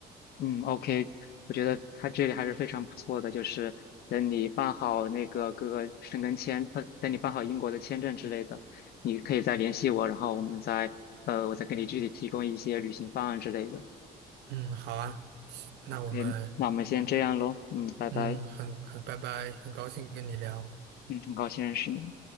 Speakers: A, on the left; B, on the right.
A: 嗯，OK，我觉得他这里还是非常不错的，就是等你办好那个各个申根签，呃，等你办好英国的签证之类的，你可以再联系我，然后我们再，呃，我再给你具体提供一些旅行方案之类的。
B: 嗯，好啊，那我们。
A: OK，那我们先这样喽，嗯，拜拜，
B: 嗯，很很拜拜，很高兴跟你聊。
A: 嗯，很高兴认识你。